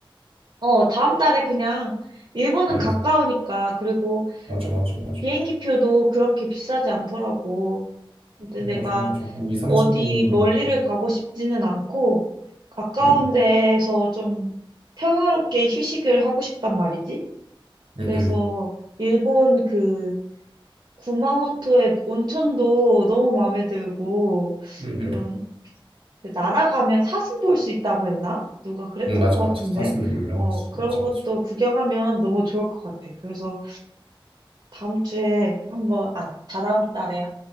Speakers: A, on the right; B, on the right.
A: 어, 다음 달에 그냥 일본은
B: 응, 응.
A: 가까우니까 그리고
B: 맞아, 맞아, 맞아.
A: 비행기 표도 그렇게 비싸지 않더라고. 근데
B: 음,
A: 내가
B: 맞아, 맞아. 한 2, 30만
A: 어디
B: 원 남구나.
A: 멀리를 가고 싶지는 않고 가까운
B: 응,
A: 데에서 좀 평화롭게 휴식을 하고 싶단 말이지.
B: 응,
A: 그래서
B: 응,
A: 일본 그 구마모토의 온천도 너무 마음에 들고
B: 응, 응.
A: 그런 그 날아가면 사슴 볼 수 있다고 했나? 누가 그랬던
B: 응, 맞아,
A: 것 같은데.
B: 맞아. 사슴이 유명하지.
A: 어, 그런
B: 맞아, 맞아.
A: 것도 구경하면 너무 좋을 것 같아. 그래서 다음 주에 한번, 아, 다다음 달에